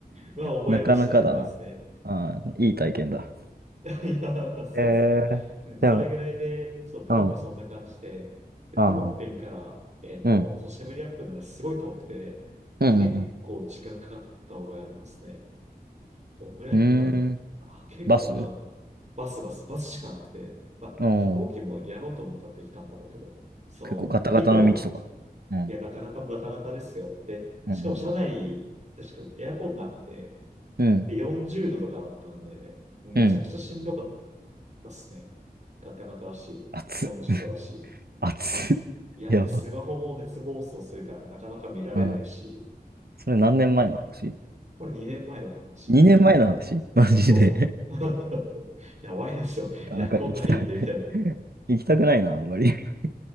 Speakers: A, on the right; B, on the right.
A: 覚えとしてありますね。
B: なかなかだな。ああ、
A: うん
B: いい体験だ。
A: <laughs> いや、そうですね。
B: えー、
A: うん、それぐらいで、
B: でも、
A: そう、プノンペンそんな感じで、
B: うん。
A: で、
B: ああ、
A: プノンペンから、えっと、
B: うん。
A: そう、シェムリアップのね、すごい遠くて、
B: うん。
A: 結構時間かかった覚えありますね。
B: うん。
A: どんぐらいだったかな。
B: うん。うーん
A: あ、結構長かったな。
B: バスう
A: バス、バス、バスしかなくて。まあ、
B: ん。
A: 飛行機もやろうと思ったらできたんだろうけど、その、
B: 結構ガタガタの道とか。
A: 陸路、
B: うん。
A: いや、ガタガタもガタガタですよ。で、
B: うんうん
A: しかも車内、確かエアコンなくて、
B: うんうん。
A: で、40度とかあったんで、もうめちゃくちゃしんどかっ
B: うん。
A: たっすね。ガタガタだし、
B: 熱っ、
A: 40度だし。
B: 熱っ。<laughs>
A: いや、
B: やば。
A: で、スマホも熱暴走するから、なかなか見られないし、
B: うん。それ何年前の話
A: これ2年前の話。
B: ?2 年前の話 <laughs> マジで。
A: そう。
B: <laughs>
A: <laughs> やばいでしょ。
B: てか、
A: エアコンないって、
B: なんか行きたい。
A: みたいな。
B: <laughs> 行きたくないな、あんまり。<laughs>